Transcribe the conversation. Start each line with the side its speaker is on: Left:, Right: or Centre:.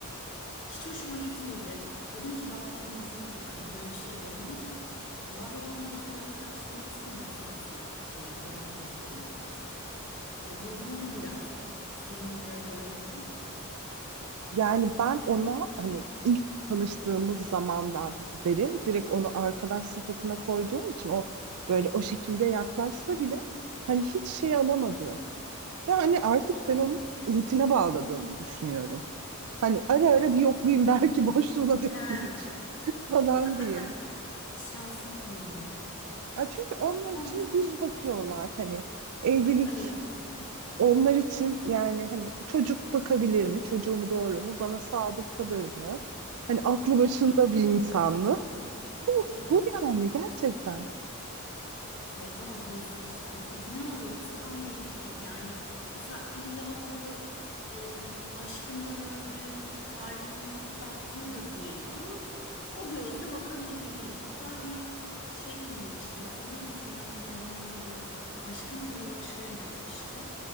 Left: Hiç hoşuma gitmedi. Dedim ki bak dedim bizim bu hani öyle bir şey olmayacak. Var olan bu güzel arkadaşlığımızı da bozarsın durduk yere falan dedim. E, bozuldu biraz da. Senin de öyle oldu mu?
Right: Yani ben ona hani ilk tanıştığımız zamandan beri direkt onu arkadaş sıfatına koyduğum için o böyle o şekilde yaklaşsa bile hani hiç şey alamadı. Ve hani artık ben onun rutine bağladığını düşünüyorum. Hani ara ara bir yoklayayım belki boşluğuna denk
Left: He.
Right: gelir <laughs> falan
Left: <laughs>
Right: diye.
Left: Şansını deniyor.
Right: Ya çünkü onlar
Left: Ama
Right: için düz bakıyorlar hani evlilik
Left: evet
Right: Onlar için yani hani çocuk bakabilir mi? Çocuğumu doğurur mu? Bana sadık kalır mı? Hani aklı
Left: büyük
Right: başında
Left: ihtimalle.
Right: bir insan mı? Bu,
Left: He.
Right: bu yani gerçekten.
Left: E, tamam biz işte biz ne arıyoruz tam belli değil. Yani mesela illa böyle e, aşkından öldüğüm, kalbimin küt küt attığı da değil. Ama o gözle bakabilmeliyim. Hatta bir şey dinlemiştim. Sanırım Sinan Canan'da bir aşkın tanımını şöyle yapmıştı.